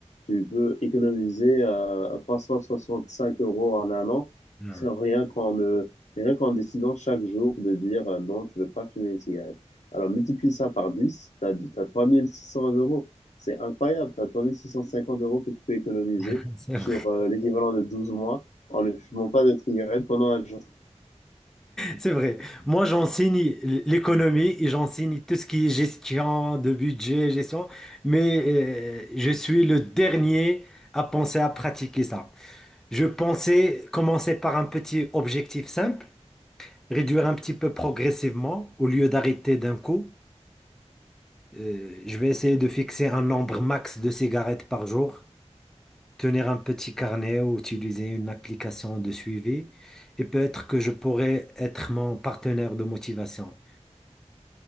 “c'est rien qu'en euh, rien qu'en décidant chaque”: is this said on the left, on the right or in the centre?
Left